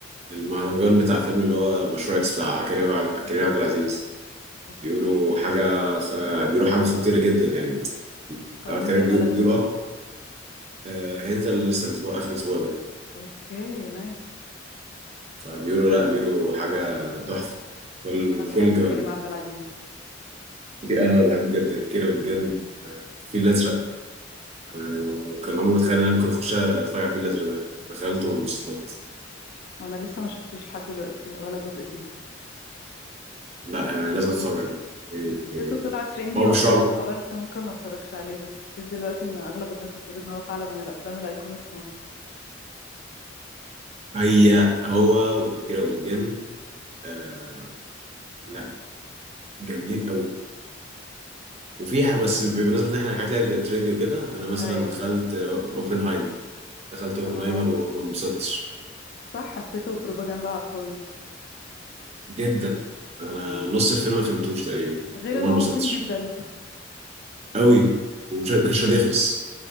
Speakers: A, on the right; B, on the left.
A: المهرجان بتاع فيلم اللي هو مشروع إكس بتاع كريم عبد كريم عبد العزيز
B: اوكي
A: بيقولوا حاجة خ... بيقولوا حاجة خطيرة جدا يعني
B: هو
A: آه،
B: نزل
A: تقريبا بيقول-
B: ولا
A: بيقولوا
B: لسه
A: أك... آه، هينزل لسه الأسبوع آخر الأسبوع ده
B: اوكي نايس
A: فبيقولوا لا بيقولوا حاجة تحفة كل من
B: انا
A: كل
B: بحب
A: الجوانب
B: كريم عبد العزيز
A: دي أنا بحب جدا كيرة والجن
B: مم.
A: الفيل الأزرق آه،
B: أيوة.
A: كان عمري ما أتخيل إن أنا ممكن أخش أتفرج على الفيل الأزرق ده دخلته وانبسطت
B: انا لسه ما شفتوش لحد دلوقتي ولا جزء فيهم
A: لا يعني لازم أتفرج يعني
B: حسيته طلع ترندي
A: هو
B: وقتها
A: مش رعب
B: فقلت ممكن ما اتفرجش عليه بس حسيت دلوقتي ان اغلب الناس بتقول ان هو فعلا من الافلام الايكونيك في مصر
A: هي هو وكيرة والجن آه، لا جامدين قوي وفي ح- بس
B: <laughs>
A: بمناسبة ان احنا الحاجات اللي هي بتبقى ترندي وكده انا مثلا
B: ايوه
A: دخلت اوبنهايمر دخلت اوبنهايمر
B: اه
A: وما انبسطتش
B: صح حسيته بروباجندا على الفاضي
A: جدا انا
B: مم.
A: نص الفيلم ما فهمتوش تقريبا
B: غير
A: وما
B: ان هو
A: انبسطتش
B: طويل جدا
A: قوي ومش كانش راضي يخلص